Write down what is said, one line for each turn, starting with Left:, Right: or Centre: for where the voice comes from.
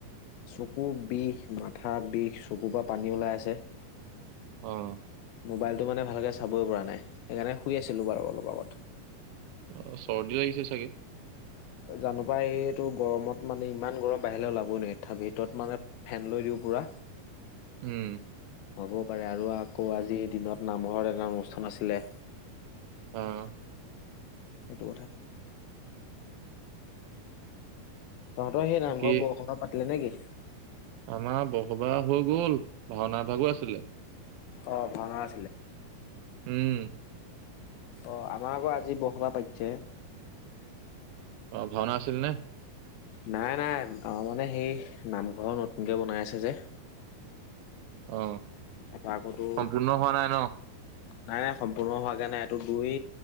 Left: চকু বিষ, মাথা বিষ, চকুৰ পৰা পানী ওলাই আছে।
Right: অ'
Left: মোবাইলটো মানে ভালকে চাবই পৰা নাই, সেইকাৰণে শুই আছিলোঁ বাৰু অলপ আগত।
Right: অ' চৰ্দি লাগিছে চাগে?
Left: জানোঁ পাই এইটো গৰমত মানে ইমান গৰম বাহিৰে ওলাবই নোৱাৰি। তাৰ ভিতৰত মানে ফেন লৈ দিওঁ পুৰা।
Right: উম'
Left: হ'বও পাৰে আৰু আকৌ আজিৰ দিনত নামঘৰত এটা অনুষ্ঠান আছিলে।
Right: অ'
Left: সেইটো কথা। তহঁতৰ সেই নামঘৰ
Right: কি
Left: বৰসবাহ পাতিলে নে কি?
Right: আমাৰ বৰসবাহ হৈ গ'ল, ভাওনা এভাগো আছিলে।
Left: অ' ভাওনা আছিলে।
Right: উম'
Left: অ' আমাৰ আকৌ আজি বৰসবাহ পাতিছেহে।
Right: অ ভাওনা আছিল নে?
Left: নাই নাই আমাৰ মানে সেই নামঘৰ নতুনকে বনাই আছে যে,
Right: অ
Left: তাৰপা আকৌ তো
Right: সম্পূৰ্ণ হোৱা নাই ন।
Left: নাই নাই সম্পূৰ্ণ হোৱাগে নাই এইটো দুই,